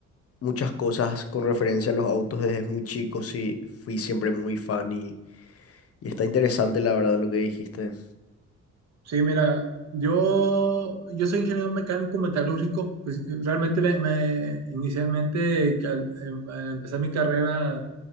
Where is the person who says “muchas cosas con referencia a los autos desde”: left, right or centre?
Left